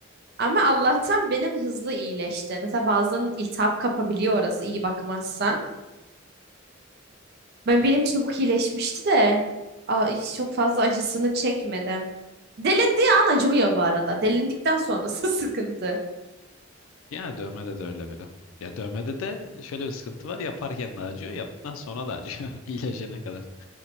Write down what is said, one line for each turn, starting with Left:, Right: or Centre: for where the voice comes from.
Right: Ama Allah'tan benim hızlı iyileşti. Mesela bazen iltihap kapabiliyor orası iyi bakmazsan. Ben benim çabuk iyileşmişti de a- hiç çok fazla acısını çekmedim. Delindiği an acımıyor bu arada. Delindikten sonrası <laughs> sıkıntı.
Left: Yani dövmede de öyle biraz. Ya dövmede de şöyle bir sıkıntı var. Yaparken de acıyor, yaptıktan sonra da acıyor. <laughs> iyileşene kadar.